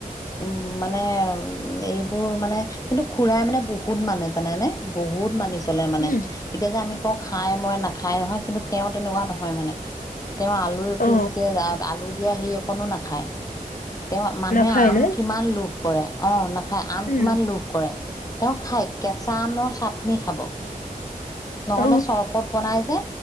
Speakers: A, on the left (about 25°); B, on the left (about 70°).
A: উম মানে উম এইবোৰ মানে কিন্তু খুৰাই মানে বহুত মানে জানেনে? বহুত মানিছোঁ। চলে মানে
B: উম
A: এতিয়া যে আমি খাই মই নাখায় নহয় কিন্তু তেওঁ তেনেকুৱা নহয় মানে তেওঁ আলু এপিচ
B: অ
A: দিয়ে আলু দিয়া সেই অকণো নাখায় তেওঁ মানুহে
B: নাখায়
A: আম
B: ন
A: কিমান লোভ কৰে অ ন খাই আম
B: উম
A: কিমান লোভ কৰে তেওঁ খাই কেঁচা আমৰ চাটনি খাব নহ'লে
B: অ
A: চৰবত বনাই যে